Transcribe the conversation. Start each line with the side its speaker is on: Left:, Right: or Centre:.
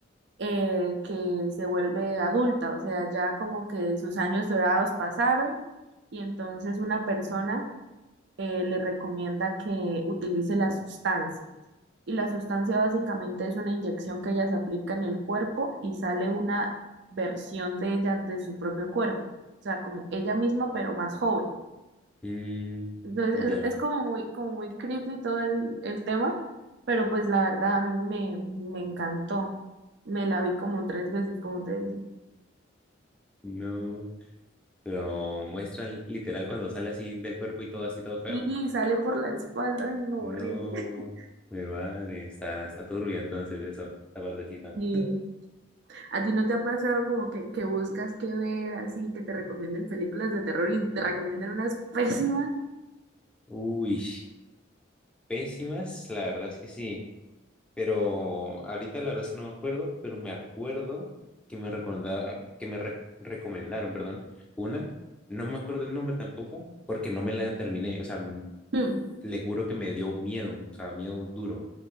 Right: eh, que se vuelve adulta, o sea, ya como que sus años dorados pasaron y entonces una persona eh, le recomienda que utilice la sustancia. y la sustancia básicamente es una inyección que ella se aplica en el cuerpo y sale una versión de ella de su propio cuerpo, o sea, como ella misma pero más joven.
Centre: Mm,
Right: Entonces
Centre: ya,
Right: es, es como muy, como muy creepy todo el, el tema, pero pues la verdad a mí me, me encantó. Me la vi como tres veces, como te dije.
Centre: no. Lo muestran literal cuando sale así del cuerpo y todo así, todo feo.
Right: Y sale por la espalda, ay no,
Centre: No,
Right: horrible. <laughs>
Centre: mi madre, está, está turbia entonces eso, la partecita.
Right: Y a ti no te ha pasado como que, que buscas qué ver así, que te recomienden películas de terror y te recomiendan unas pésimas.
Centre: Uy, pésimas, la verdad es que sí. Pero ahorita la verdad es que no me acuerdo, pero me acuerdo que me recorda- que me re- recomendaron, perdón, una. No me acuerdo el nombre tampoco, porque no me la terminé. O sea, m-
Right: Mm.
Centre: le juro que me dio miedo, o sea, miedo duro.